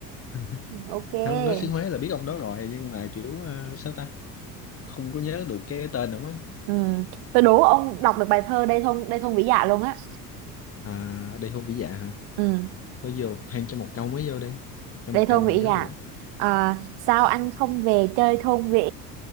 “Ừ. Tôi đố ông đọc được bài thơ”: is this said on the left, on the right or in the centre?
Right